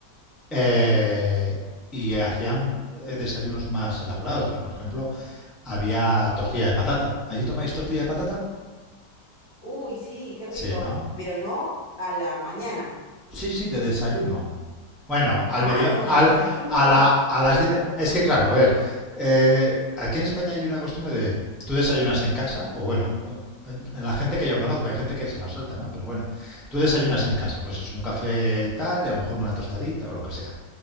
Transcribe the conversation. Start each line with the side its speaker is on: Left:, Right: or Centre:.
Centre: eh, y hacían eh, desayunos más elaborados. Pues, por ejemplo, había tortilla de patata. ¿Allí tomáis tortilla de patata?
Left: Uy, sí, qué
Centre: Sí,
Left: rico.
Centre: ¿no?
Left: Pero no a la mañana.
Centre: Sí, sí, de desayuno. Bueno, al
Left: Ah,
Centre: medio,
Left: no,
Centre: al,
Left: de desayuno
Centre: a
Left: no.
Centre: la, a las diez, es que claro, a ver, eh, aquí en España hay una costumbre de, tú desayunas en casa, o bueno, en, en la gente que yo conozco, hay gente que se la suelta, ¿no? Pero bueno, tú desayunas en casa, pues es un café y tal, y a lo mejor una tostadita o lo que sea.